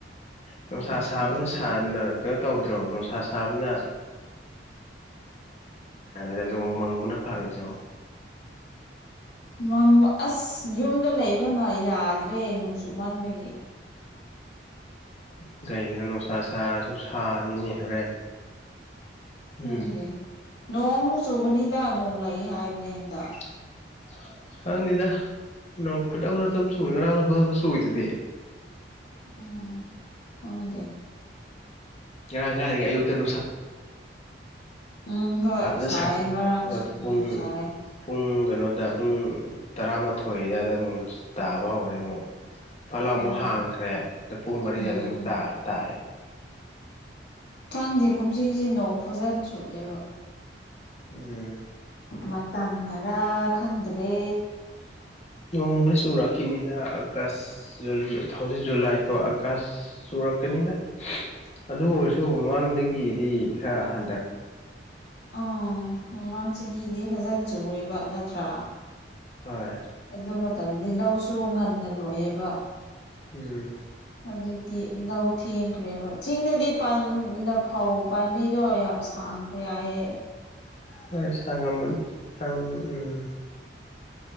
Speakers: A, on the left (about 35°); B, on the left (about 65°).
A: ꯅꯨꯡꯁꯥ
B: ꯅꯣꯡ ꯆꯨꯗꯕꯅꯤꯅ
A: ꯁꯥꯕꯅ ꯁꯥꯟꯅ ꯀꯩꯅꯣ ꯇꯧꯗ꯭ꯔꯣ ꯅꯨꯡꯁꯥ ꯁꯥꯕꯅ ꯑꯗ ꯅꯣꯡ ꯃꯪꯕꯅ ꯐꯔꯣꯏꯗ꯭ꯔꯣ
B: ꯃꯪꯕ ꯑꯁ ꯌꯨꯝꯗꯣ ꯂꯩꯕ ꯉꯥ ꯌꯥꯗ꯭ꯔꯦ ꯅꯣꯡ ꯆꯨꯃꯟꯕꯒꯤ
A: ꯎ ꯀꯩꯒꯤꯅꯣ ꯅꯨꯡꯁꯥ ꯁꯥꯔꯁꯨ ꯁꯥꯅꯤꯅꯦ ꯍꯣꯔꯦꯟ ꯎꯝ
B: ꯈꯪꯗꯦ ꯅꯣꯡꯃꯨꯛ ꯆꯨꯒꯅꯤꯗ ꯅꯣꯡ ꯂꯩꯑꯦ ꯍꯥꯏꯕꯅꯦ ꯍꯟꯗꯛ
A: <inaudible> ꯈꯪꯗꯦꯗ ꯅꯣꯡ ꯈꯨꯗꯛ ꯈꯨꯗꯛꯇ ꯑꯗꯨꯝ ꯆꯨꯔꯒ ꯂꯥꯛꯑꯒ ꯈꯨꯗꯛꯇ ꯆꯨꯏꯗꯗꯤ
B: ꯎꯝ ꯈꯪꯗꯦ
A: ꯉꯔꯥꯡ ꯒꯥꯥꯏꯗꯤ ꯑꯌꯨꯛꯇ ꯅꯨꯡꯁꯥ
B: ꯎꯝ ꯍꯣꯏ
A: ꯐꯖꯅ
B: ꯁꯥꯌꯦ ꯉꯔꯥꯡ
A: ꯁꯥꯔ
B: ꯎꯝ
A: ꯄꯨꯡ
B: ꯁꯥꯏꯌꯦ
A: ꯄꯨꯡ ꯀꯩꯅꯣꯗ ꯄꯨꯡ ꯇꯔꯥꯃꯥꯊꯣꯏ ꯑꯗꯨꯋꯥꯏꯗ ꯑꯃꯨꯛ ꯇꯥꯕ ꯍꯧꯔꯦ ꯑꯃꯨꯛ ꯐꯠꯂꯥꯎ
B: ꯎꯝ
A: ꯑꯃꯨꯛ ꯍꯥꯡꯈ꯭ꯔꯦ ꯑꯗꯣ ꯄꯨꯡ ꯃꯔꯤ
B: ꯎꯝ
A: ꯑꯗꯨꯋꯥꯏꯗ ꯑꯃꯨꯛ ꯇꯥ ꯇꯥꯏ
B: ꯈꯪꯗꯦ ꯀꯨꯝꯁꯤꯡꯁꯤ ꯅꯣꯡ ꯐꯖꯟ ꯆꯨꯗꯦꯕ
A: ꯎꯝ
B: ꯃꯇꯝꯅꯔꯥ ꯈꯪꯗ꯭ꯔꯦ
A: ꯅꯣꯡꯕꯨꯗꯤ ꯆꯨꯔꯛꯈꯤꯅꯤꯗ ꯑꯥꯒꯁ ꯖꯨꯖꯨ ꯊꯧꯖꯤ ꯖꯨꯂꯥꯏ ꯀꯣ ꯑꯥꯒꯁ ꯆꯨꯔꯛꯀꯅꯤꯗ ꯑꯗꯨ ꯑꯣꯏꯔꯁꯨ ꯃꯃꯥꯡꯗꯒꯤꯗꯤ ꯈꯔ ꯍꯟꯗ
B: ꯑꯥ ꯃꯃꯥꯡ ꯆꯍꯤꯗꯤ ꯐꯖꯟ ꯆꯨꯑꯦꯕ ꯅꯠꯇ꯭ꯔꯥ
A: ꯍꯣꯏ
B: ꯑꯗꯨ ꯃꯇꯝꯗꯤ ꯂꯧꯁꯨ ꯉꯟꯅ ꯂꯣꯏꯑꯦꯕ
A: ꯎꯝ
B: ꯍꯧꯖꯤꯛꯇꯤ ꯂꯧ ꯊꯦꯡꯈ꯭ꯔꯦꯕ ꯆꯤꯡꯗꯗꯤ ꯄꯟꯅ ꯐꯧ ꯄꯥꯝꯕꯤꯗꯣ ꯌꯥꯝ ꯁꯥꯡꯈ꯭ꯔꯦ ꯍꯥꯏꯌꯦ
A: ꯍꯣꯏ ꯁꯥꯉꯝꯃꯅꯤ ꯁꯪ ꯎꯝ